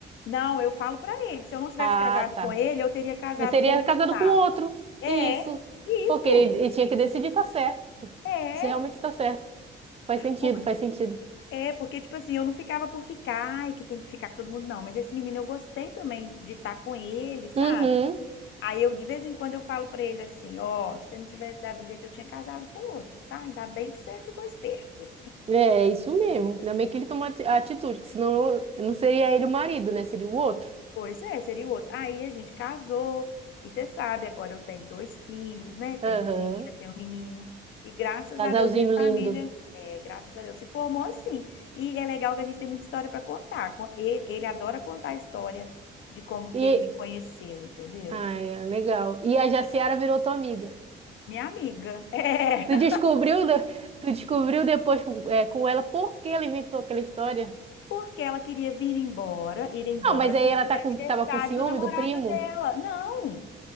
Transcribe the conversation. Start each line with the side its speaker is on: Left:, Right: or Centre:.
Left: Não, eu falo pra ele que se eu não tivesse
Right: Ah,
Left: casado
Right: tá.
Left: com ele, eu teria casado
Right: Eu teria
Left: com o que
Right: casado
Left: eu tava.
Right: com outro.
Left: É,
Right: Isso.
Left: isso.
Right: Porque ele, ele tinha que decidir, tá certo.
Left: É,
Right: Isso realmente tá certo. Faz sentido,
Left: porque,
Right: faz sentido.
Left: é, porque, tipo assim, eu não ficava por ficar e que tem que ficar com todo mundo, não. Mas esse menino eu gostei também de estar com ele, sabe?
Right: Uhum.
Left: Aí eu, de vez em quando, eu falo pra ele assim, ó, se você não tivesse dado um jeito, eu tinha casado com o outro, tá? Ainda bem que você ficou esperto.
Right: É, é isso mesmo. Ainda bem que ele tomou ati- a atitude, que senão não seria ele o marido, né? Seria o outro.
Left: Pois é, seria o outro. Aí a gente casou, e você sabe, agora eu tenho dois filhos, né? Tenho
Right: Aham.
Left: uma menina, tenho um menino. E graças
Right: Casalzinho
Left: a Deus, minha
Right: lindo.
Left: família, é, graças a Deus, se formou assim. E é legal que a gente tem muita história pra contar. Co- Ele, ele adora contar a história de como que
Right: E.
Left: ele me conheceu, entendeu?
Right: Ai, é legal. E a Jaciara virou tua amiga.
Left: Minha amiga. <laughs> É.
Right: Tu descobriu, de- tu descobriu depois é, com ela por que ela inventou aquela história?
Left: porque ela queria vir embora, ir embora,
Right: Não, mas
Left: porque
Right: aí ela tá
Left: era
Right: com,
Left: aniversário
Right: tava com ciúme
Left: do namorado
Right: do primo?
Left: dela. Não,